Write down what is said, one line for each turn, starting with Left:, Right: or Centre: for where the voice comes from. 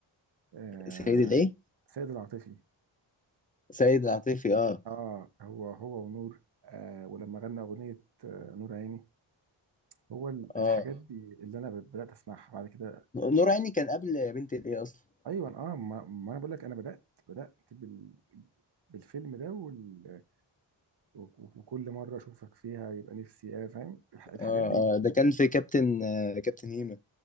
Right: آه
Left: سيد الايه
Right: سيد العاطفي
Left: سيد العاطفي اه
Right: اه هو هو ونور آه ولما غنى اغنيه آه نور عيني هو ال-
Left: اه
Right: الحاجات اه دي اللي انا بدات اسمعها بعد كده
Left: نور عيني كان قبل يا بنت الايه اصلا
Right: ايوه اه ما, ما انا بقول لك انا بدات بدات بال بالفيلم ده وال... وك- وكل مره اشوفك فيها يبقى نفسي ايه فاهم الح- الحاجات
Left: اه
Right: دي
Left: اه ده كان في كابتن آه كابتن هيما